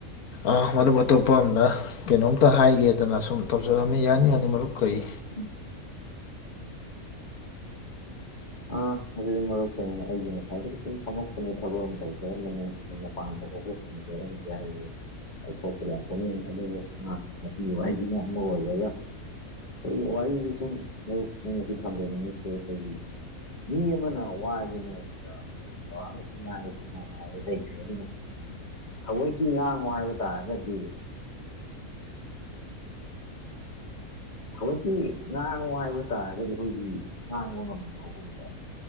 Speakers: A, on the left; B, on the left.
A: ꯑ ꯑꯇꯣꯞꯄ ꯑꯝꯗ ꯀꯩꯅꯣꯝꯇ ꯍꯥꯏꯒꯦꯗꯅ ꯁꯨꯝ ꯇꯧꯖꯔꯝꯃꯤ ꯌꯥꯅꯤ ꯌꯥꯅꯤ ꯃꯔꯨꯞ ꯀꯔꯤ
B: <unintelligible> ꯑ ꯑꯗꯨꯗꯤ ꯃꯔꯨꯞ ꯀꯩꯅꯣꯅꯤ ꯑꯩꯖꯤ ꯉꯁꯥꯏꯗꯒꯤ ꯁꯨꯝ ꯐꯝꯃꯛꯄꯅꯦ ꯊꯕꯛ ꯑꯃ ꯇꯧꯖꯔꯝꯕꯅꯦ ꯃꯄꯥꯟ ꯊꯣꯛꯄꯁꯤꯡ ꯃꯔꯝ <unintelligible> ꯄꯊꯣꯛ ꯀꯗꯤ ꯊꯣꯛꯅꯤꯡ ꯑꯗꯨꯕꯨ ꯃꯥ ꯉꯁꯤꯒꯤ ꯋꯥꯍꯩꯁꯤꯅ ꯑꯃ ꯑꯣꯏꯔꯒ ꯑꯩꯈꯣꯏꯒꯤ ꯋꯥꯔꯤꯁ ꯁꯨꯝ ꯑꯌꯁꯤ ꯊꯝꯖꯅꯤꯡꯉꯤꯁꯦ ꯑꯩꯈꯣꯏꯒꯤ ꯃꯤ ꯑꯃꯅ ꯋꯥꯔꯤꯕ ꯅꯣꯡꯃꯗ ꯍꯣꯏ ꯆꯥꯎꯔꯥꯛꯅꯁꯨ ꯉꯥꯏ ꯁꯤ ꯉꯥꯏꯔ ꯂꯩꯈ꯭ꯔꯦ ꯑꯗꯨꯕꯨ ꯊꯑꯣꯏꯒꯤ ꯉꯥꯡꯉꯨ ꯍꯥꯏꯕ ꯇꯥꯔꯒꯗꯤ ꯊꯋꯣꯏꯀꯤ ꯉꯥꯡꯉꯨ ꯍꯥꯏꯕ ꯇꯥꯔꯒꯗꯤ ꯑꯩꯈꯣꯏꯒꯤ ꯉꯥꯡꯕ ꯉꯝꯗꯕꯒꯨꯝꯕ